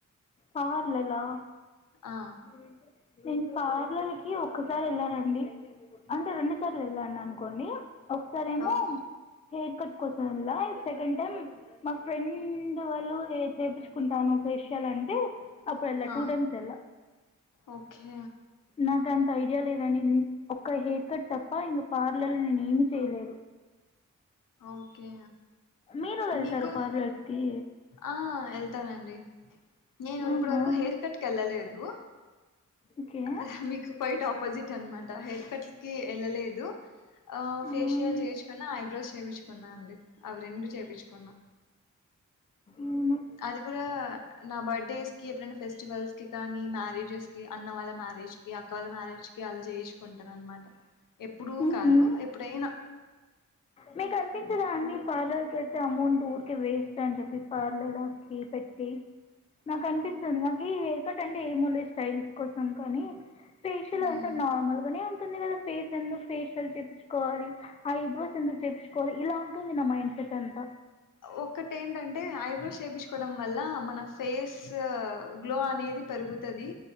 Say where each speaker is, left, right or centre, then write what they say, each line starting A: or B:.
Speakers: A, on the left (about 20°); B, on the left (about 80°).
A: పార్లలా
B: ఆ
A: <unintelligible> నేను పార్లల్ కి ఒక్కసారి వెళ్లానండి అంటే రెండు సార్లు వెళ్ళాను అనుకోండి ఒకసారేమో
B: ఓకే
A: హెయిర్ కట్ కోసం వెళ్లా సెకండ్ ం మా ఫ్రెండ్ వాళ్ళు వే చేపించుకుంటాను ఫేషియల్ అని ఏ అప్పుడు వెళ్ళ
B: ఆ
A: టూ టైమ్స్ వెళ్ళ
B: ఓకే
A: నాకు అంత ఐడియా లేదనీ ఒక్క హెయి అక్కడ తప్ప ఇంక పార్లల్లో నేను ఏమి చేయలేదు
B: ఓకే
A: మీరు వెళ్తారా
B: మీకు
A: పార్లర్స్ కి
B: ఆ వెళ్తానండి నేను ఇప్పటి
A: ఆహా
B: వరకు హెయిర్ కట్ కి వెళ్ళలేదు ందు
A: ఓకే
B: ఆహా మీకు క్వైట్ ఆపోజిట్ అన్మా హెయిర్ కట్ కి వెళ్ళలేదు ఆ
A: ఆమ్,
B: ఫేషియల్ చేపించుకున్నా ఐబ్రోస్ చేపించుకున్నా అండి అవి రెండు చేపించుకున్నా
A: అవును
B: అది కూడా నా బర్త్డేస్ కి ఎప్పుడైనా ఫెస్టివల్స్ కి కానీ మ్యారేజెస్ కి అన్న వాళ్ళ మ్యారేజ్ కి అక్క వాళ్ళ మ్యారేజ్ కి అలా చేయించుకుంటాను అనమాట ఎప్పుడూ
A: ఉహు
B: కాదు ఎప్పుడైనా
A: మీకు అనిపించదా అండి పార్లర్ కి అయితే అమౌంట్ ఊరికే వేస్ట్ అని చెప్పి పార్లర్ లోకి పెట్టి నాకు అనిపిస్తుంది నాకు ఈ హెయిర్ కట్ అంటే ఏమో లే స్టైల్స్ కోసం కానీ ఫేషియల్
B: హ్మ్.
A: అంటే నార్మల్గానే ఉంటుంది కదా ఫేస్ ఎందుకు ఫేషియల్ చేపిచ్చుకోవాలి ఆ ఇవ్వా సిందుకి తెచ్చుకోవాలి ఇలా ఉంటుంది నా మైండ్ సెట్ ఎంత
B: ఒకటేంటంటే ఐబ్రోస్ చేపిస్ కోవడం వల్ల మన ఫేస్ గ్లో అనేది పెరుగుతది.